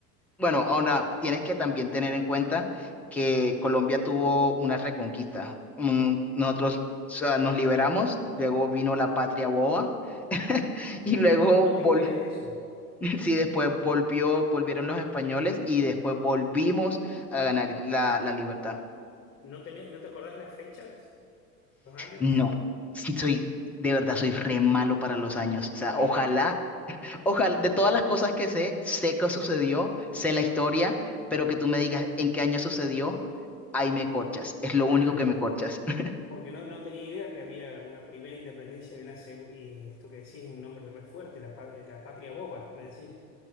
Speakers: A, in the centre; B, on the left.
A: Bueno, ahora tienes que también tener en cuenta que Colombia tuvo una reconquista. Mm, Nosotros, o sea, nos liberamos, luego vino la patria boba <laughs>
B: Mirá,
A: y luego
B: loco, no tengo
A: vol-
B: idea de eso.
A: <laughs> sí, después volvió, volvieron los españoles y después volvimos a ganar la, la libertad.
B: ¿No tenés- no te acordás las fechas? ¿Los años?
A: No, soy, de verdad soy re malo para los
B: Mm,
A: años. O sea,
B: Mirá,
A: ojalá Ojalá, de todas las cosas que sé, sé qué sucedió, sé la historia, pero que tú me digas en qué año sucedió, ahí me corchas. Es lo
B: claro.
A: único que me corchas. <laughs>
B: Porque no, no tenía idea que había una primera independencia y, una seg- y esto que decís, un nombre re fuerte, la, pa- la patria boba, me decís.